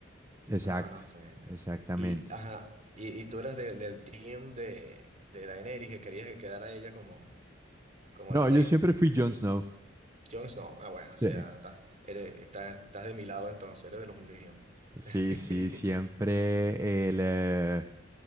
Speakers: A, on the right; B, on the right.
A: exacto,
B: No, no fue.
A: exactamente.
B: Y, ajá, y, y tú eras de- del team de, de Daenerys, que querías que quedara ella como, como
A: No,
B: la reina.
A: yo siempre fui Jon Snow.
B: Jon Snow, ah, bueno, o
A: Sí.
B: sea, estás, eres- estás, estás de mi lado entonces, eres de los míos.
A: Sí,
B: <laughs>
A: sí, siempre el, eh,